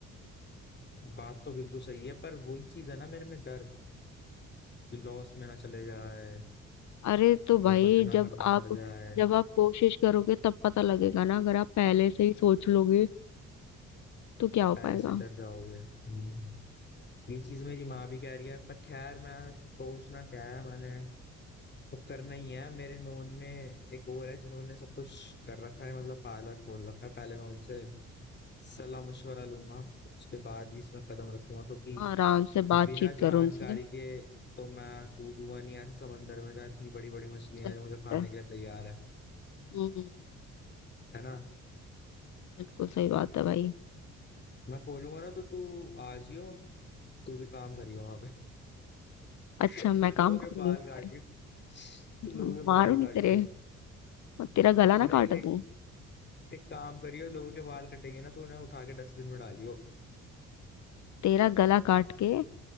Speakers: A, on the left; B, on the left.
A: बात तो बिल्कुल सही है पर वही चीज है ना मेरे में डर कि लॉस मेरा चले जाए
B: अरे तो भाई
A: ये बंद ना
B: जब
A: करना
B: आप
A: पड़ जाए
B: जब आप कोशिश करोगे तब पता लगेगा ना अगर आप पहले से ही सोच लोगे तो क्या हो
A: पहले
B: पाएगा
A: से डर जाओगे हम्म। ये चीज मेरी माँ भी कह रही है पर खैर मैं सोचना क्या है मैंने अब करना ही है मेरे नोन में एक और है जिन्होंने सब कुछ कर रखा है मतलब पार्लर खोल रखा है पहले मैं उनसे सलाह मशवरा लूंगा उसके बाद ही इसमें कदम रखूंगा क्योंकि
B: आराम से
A: बिना
B: बातचीत
A: जानकारी
B: करो उनसे
A: के तो मैं कूदूंगा नहीं ऐसे समंदर में जहाँ इतनी बड़ी बड़ी मछलियां
B: सही
A: हैं जो
B: बात
A: मुझे खाने
B: है
A: के लिए तैयार है
B: हम्म
A: है ना
B: बिल्कुल सही बात है भाई
A: मैं खोलूंगा ना तो तू आ जियो तू भी काम करियो वहां पे <laughs>
B: अच्छा मैं
A: तू लोगों
B: काम
A: के
B: करूंगी
A: बाल
B: उस
A: काटियो
B: पे
A: तू
B: तुम
A: लोगों के
B: मारूंगी
A: बाल काटियो
B: तेरे और तेरा गला ना
A: नहीं
B: काट
A: एक
B: दूं
A: एक काम करियो लोगों के बाल कटेंगे ना तो उन्हें उठा के डस्टबिन में डालियो
B: तेरा गला काट के